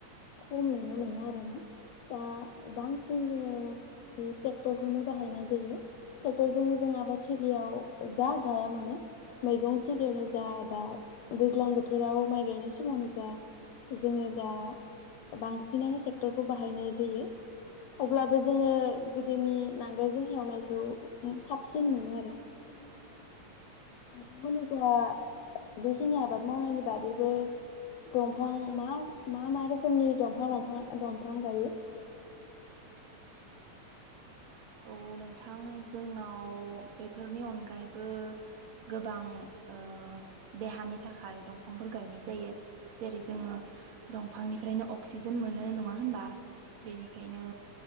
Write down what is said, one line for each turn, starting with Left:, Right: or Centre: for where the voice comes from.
Left: खम नुनो मोनो आरो ना दा बांसिन जोङो बे ट्रेक्टरखौनो बाहनाय जायो ट्रेक्टरजोंनो जों आबाद थिलियाव जा गाया मानो मैगं थिलियावनो जा दा दैज्लां बोथोराव माइ गायनाय समावनो जा जोङो दा बांसिनानो ट्रेक्टरखौ बाहायनाय जायो। अब्लाबो जोङो गोदोनि नांगालजों हेवनायखौ साबसिन मोनो आरो। नोंथांमोननि जा बेखिनि आबाद मावनायनि बादैबो दंफां मा मा मा रोखोमनि दंफां लाफां दंफां गायो?
Right: औ नोंथां जोंनाव बेफोरनि अनगायैबो गोबां ओ देहानि थाखाय दंफांफोर गायनाय जायो। जेरै जोङो दंफांनिफ्रायनो अक्सिजेन मोनो नङा होनबा? बेनिखायनो